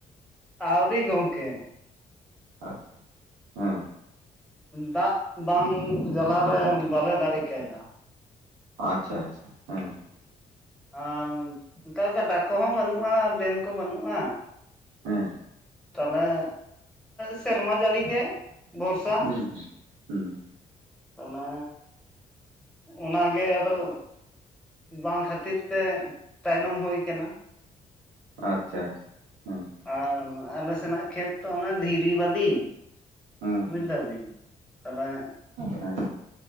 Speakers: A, in the centre; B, on the right.
A: ᱟᱹᱣᱨᱤ ᱜᱚᱢᱠᱮ
B: ᱟᱪᱪᱷᱟ᱾ ᱦᱮᱸ
A: ᱫᱟᱜ ᱵᱟᱝ ᱡᱟᱞᱟᱮ ᱵᱟᱞᱮ ᱫᱟᱲᱮ ᱠᱟᱭᱫᱟ᱾
B: ᱟᱪᱪᱷᱟ ᱟᱪᱪᱷᱟ ᱦᱮᱸ᱾
A: ᱟᱨ ᱚᱱᱠᱟ ᱜᱟᱰᱟ ᱠᱚᱦᱚᱸ ᱵᱟᱹᱱᱩᱜᱼᱟ ᱰᱮᱢ ᱠᱚ ᱵᱟᱹᱱᱩᱜᱼᱟ᱾
B: ᱦᱮᱸ
A: ᱛᱟᱦᱚᱞᱮ ᱥᱮᱨᱢᱟ ᱡᱟᱹᱲᱤ ᱜᱮ ᱵᱷᱚᱨᱥᱟ
B: ᱦᱩᱸ ᱦᱩᱸ ᱦᱩᱸ᱾
A: ᱛᱟᱞᱦᱮ ᱚᱱᱟᱜᱮ ᱟᱫᱚ ᱵᱟᱝ ᱠᱷᱟᱹᱛᱤᱨ ᱛᱮ ᱛᱟᱭᱱᱚᱢ ᱦᱩᱭ ᱠᱟᱱᱟ
B: ᱟᱪᱪᱷᱟ ᱟᱪᱪᱷᱟ ᱦᱮᱸ
A: ᱟᱨ ᱟᱞᱮ ᱥᱮᱱᱟᱜ ᱠᱷᱮᱛ ᱛᱚ ᱚᱱᱮ ᱫᱷᱤᱨᱤ ᱵᱟᱹᱞᱤ
B: ᱦᱮᱸ
A: ᱵᱩᱡᱽ
B: ᱦᱮᱸ
A: ᱫᱟ ᱵᱤᱱ ᱛᱟᱦᱚᱞᱮ
B: ᱦᱮᱸ